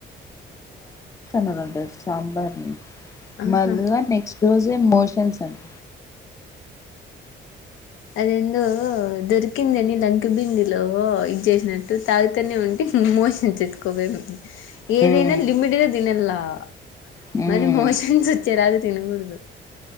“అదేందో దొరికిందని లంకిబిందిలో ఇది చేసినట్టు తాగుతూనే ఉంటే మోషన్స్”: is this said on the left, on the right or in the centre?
Left